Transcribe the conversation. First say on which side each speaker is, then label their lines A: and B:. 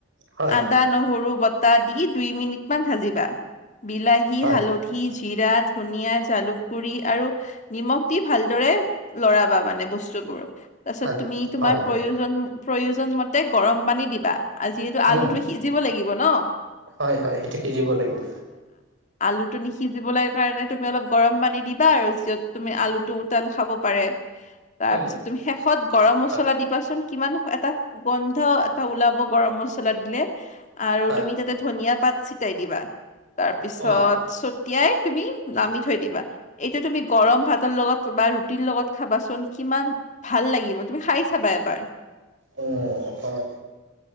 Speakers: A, on the right; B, on the left.
A: হয়
B: আদা-নহৰু বটা দি দুই মিনিটমান ভাজিবা। বিলাহি,
A: হয়
B: হালধি জিৰা, ধনীয়া, জালুক গুৰি আৰু নিমখ দি ভালদৰে লৰাবা মানে বস্তু। তাৰ পিছত
A: হয়
B: তুমি তোমাৰ
A: হয় হয়
B: প্ৰয়োজন, প্ৰয়োজনমতে গৰম পানী দিবা। যিহেতু আলুটো
A: উম
B: সিজিব লাগিব ন?
A: হয় হয় সেইটো সিজিব লাগিব
B: আলুটো নিসিজিবলৈ কাৰণে তুমি অলপ গৰম পানী দিবা আৰু। য'ত তুমি আলুটো উতাল খাব পাৰে। তাৰপিছত
A: উম
B: তুমি শেষত গৰম মছলা
A: হয়
B: দিবাচোন। কিমান এটা গোন্ধ এটা ওলাব, গৰম মছলা দিলে। আৰু
A: হয়
B: তুমি তাতে ধনিয়া পাত ছটাই দিবা। তাৰপিছত
A: ৱাও
B: ছটিয়াই তুমি নামি থৈ দিবা। এইটো তুমি। গৰম ভাতৰ লগত বা ৰুটিৰ লগত খাবাচোন, কিমান। ভাল লাগিব, তুমি খাই চাবা এবাৰ।
A: অ হয়